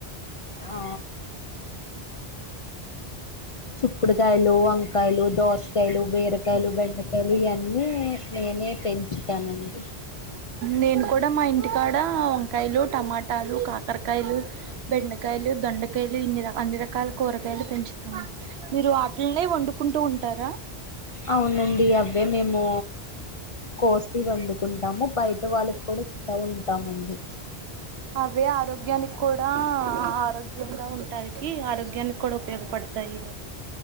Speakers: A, on the left (about 50°); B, on the right (about 80°).
A: ఆ చుక్కుడుగాయలు వంకాయలు దోసకాయలు బీరకాయలు బెండకాయలు ఇయన్నీ నే నే పెంచుతానండి
B: నేను కూడా మా ఇంటికాడ వంకాయలు టమాటాలు కాకరకాయలు బెండకాయలు దొండకాయలు ఇన్ని అన్ని రకాల కూరగాయలు పెంచుతాము మీరు వాటిలనే వండుకుంటూ ఉంటారా
A: అవునండి అవే మేము కోసి వండుకుంటాము బయట వాళ్ళకి కూడా ఇస్తా ఉంటామండి
B: అవే ఆరోగ్యానికి కూడా ఆరోగ్యంగా ఉంటాయికి ఆరోగ్యానికి కూడా ఉపయోగపడతాయి